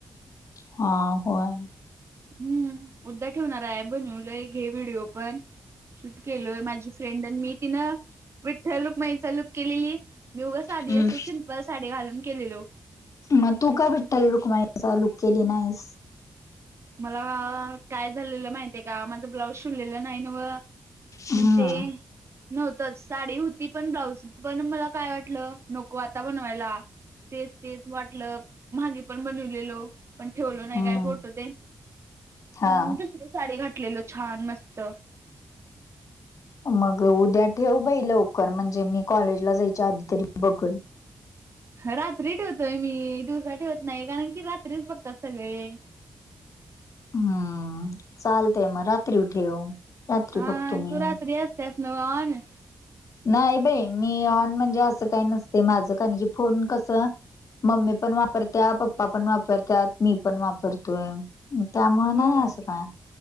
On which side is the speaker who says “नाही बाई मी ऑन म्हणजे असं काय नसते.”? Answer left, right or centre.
Left